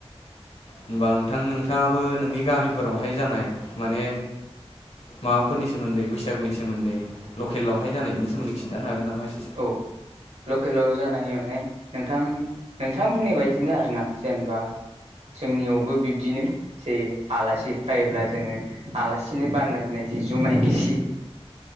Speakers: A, on the left; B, on the right.
A: होमबा नोंथां नोंथाङाबो नोंनि गामिफोराव हाय जानाय माने माबाफोरनि सोमोन्दै बैसागुनि सोमोन्दै ल केलावाय जानायनि सोमोनन्दै खिन्थानो होगोन नामा इसे
B: औ लकेलाव जानाय माने नोंथां नोंथां बुंनाय बायदिनो आरोना जेनबा जोंनियावबो बिब्दिनो जे आलासि फैब्ला जोङो आलासिनो बानना दोननाय जि जुमाय गिसि